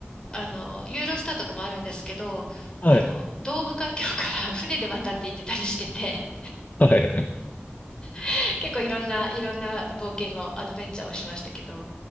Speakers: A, on the left (about 20°); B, on the left (about 40°).
A: あの、ユーロスターとかもあるんですけど、
B: はい。
A: あの、ドーハ海峡から <laughs> 船で渡って行ってたりしてて、
B: はい、はい。
A: <laughs> 結構いろんな、いろんな冒険を、アドベンチャーをしましたけど、